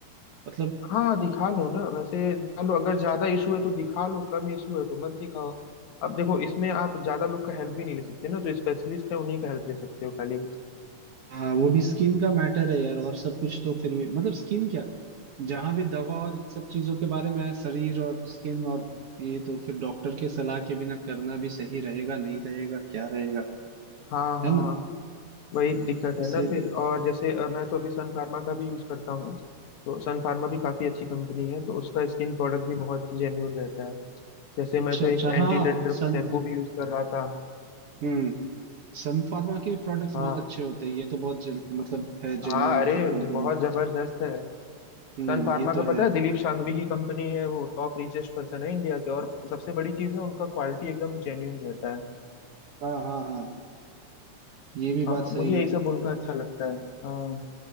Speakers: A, on the right (about 55°); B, on the left (about 70°).
A: मतलब
B: हाँ दिखा लो ना वैसे दिखा लो अगर ज्यादा इशू है तो दिखा लो कम इशू है तो मत दिखाओ अब देखो इसमें आप ज्यादा लोग का हेल्प भी नहीं ले सकते ना जो स्पेशलिस्ट है उन्हीं का हेल्प ले सकते हो खाली
A: हाँ वो भी स्किन का मैटर है यार और सब कुछ तो फिर भी मतलब स्किन क्या जहां भी दवा और इन सब चीजों के बारे में है, शरीर और स्किन और ये तो फिर डॉक्टर के सलाह के बिना करना भी सही रहेगा नहीं रहेगा क्या रहेगा
B: हाँ हाँ
A: है ना
B: हाँ। वही दिक्कत
A: इसीलिए
B: है ना फिर और जैसे अ, मैं तो अभी सन फार्मा का भी यूज करता हूँ तो सन फार्मा भी काफी अच्छी कंपनी है तो उसका स्किन प्रोडक्ट भी बहुत जेन्यून रहता है जैसे
A: अच्छा
B: मैं तो
A: अच्छा
B: एक एंटी
A: हाँ
B: डंड्रफ
A: सन
B: शैम्पू भी यूज कर रहा था
A: हम्म सन फार्मा के भी प्रोडक्ट्स
B: हाँ
A: बहुत अच्छे होते हैं ये तो बहुत जेन- मतलब है जेन्युइन
B: हाँ अरे
A: मतलब कंपनी
B: बहुत जबरदस्त है
A: हम्म
B: सन फार्मा
A: ये
B: का
A: तो
B: पता
A: है
B: है दिलीप शांघवी की कंपनी है वो टॉप रिचेस्ट पर्सन है इंडिया के और सबसे बड़ी चीज ना उनका क्वालिटी एकदम जेन्यून रहता है
A: हाँ हाँ हाँ ये भी
B: हाँ,
A: बात सही
B: मुझे यही
A: है
B: सब उनका अच्छा लगता है हाँ